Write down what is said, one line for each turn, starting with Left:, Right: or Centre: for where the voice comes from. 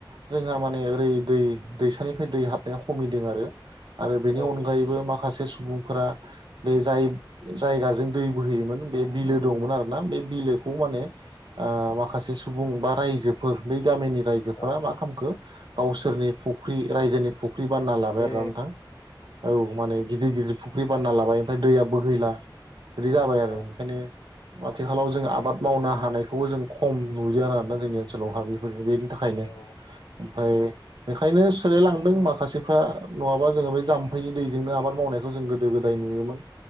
Right: जोंहा माने ओरै दै दैसानिफ्राय दै हाबनाया खमिदों आरो। आरो बेनि
Left: औ
Right: अनगायैबो माखासे सुबुंफोरा बे जाय जायगाजों दै बोहैयोमोन बे बिलो दंमोन आरोना बे बिलोखौ माने ओ माखासे सु सुबुं बा रायजोफोर बै गामिनि रायजोफोरा
Left: औ
Right: मा खालामखो गावसोरनि फुख्रि रायजोनि फुख्रि बानायना लाबाय
Left: ए
Right: आरो ना नोंथां औ माने गिदिर-गिदिर फुख्रि बानायना लाबाय ओमफ्राय दैया बोहैला बिदि जाबाय आरो
Left: औ
Right: ओंखायनो आथिखालाव जों आबाद मावनो हानायखौबो जों खम नुयो आरोना जोंनि ओनसोलाव हा बेफोरनो थाखायनो
Left: औ
Right: ओमफ्राय बेखायनो सोलायलांदों
Left: बेथ'
Right: माखासे थोरा नङाबा जोंङो बै जाम्फैनि दैजोंनो आबाद मावनाय बेखौ जों गोदो गोदाय नुयोमोन